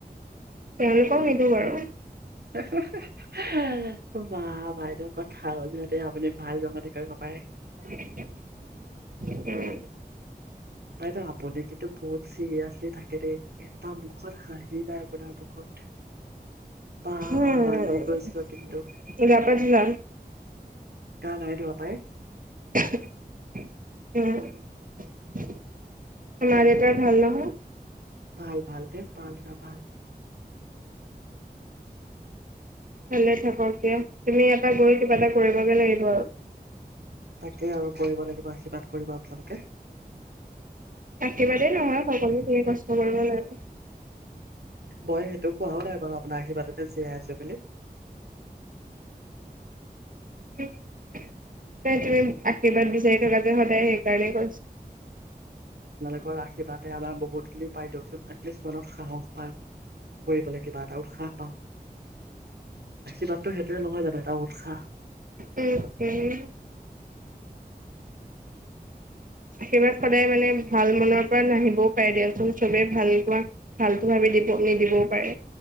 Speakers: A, on the right; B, on the right.
A: তেওঁলোকক নিদিওঁ বাৰু।
B: উ <unintelligible> বাঃ বাইদেউ কথাও যেন আও। আপুনি ভাল জমনি কৰিব পাৰে।
A: <unintelligible> উম',
B: বাইদেউ আপুনি কিন্তু বহুত চিৰিয়াচলি থাকে দেই। এটা মুখত হাঁহি নাই। আপোনাৰ মুখত। বা
A: উম',
B: মালি গৈছিলো কিন্তু
A: গা-পা ধোলা।
B: গা নাই ধোৱা পাই
A: উম। তোমাৰ দেউতাৰ ভাল নহয়।
B: ভাল ভাল দে ভাল ভাল
A: ভালে থাকক দিয়া তুমি ইয়াৰ পৰা গৈ কিবা এটা কৰিবগৈ লাগিব।
B: তাকে আৰু কৰিব লাগিব আশীৰ্বাদ কৰিব আপোনালোকে।
A: আশীৰ্বাদেই নহয় সকলো তুমি কষ্ট কৰিব লাগিব।
B: মই সেইটো কোৱাও নাই বাৰু আপোনাৰ আশীৰ্বাদতে জীয়াই আছো বুলি
A: নাই তুমি আশীৰ্বাদ বিচাৰি থকা যে সদায় সেইকাৰণেই কৈছো
B: আপোনাৰ আশীৰ্বাদে আমাৰ বহুতসিনি পায় দিয়কচোন এটলিষ্ট মনত সাহস পায় কৰিবলৈ কিবা এটা উৎসাহ পাওঁ আশীৰ্বাদটো সেইটোোৱে নহয় জানো এটা উৎসাহ
A: উম উম আশীৰ্বাদ সদায় মানে ভাল মনৰ পৰা নাহিবও পাৰে দিয়চোন চবে ভাল পোৱা ভাল পোৱা দিব নিদিবও পাৰে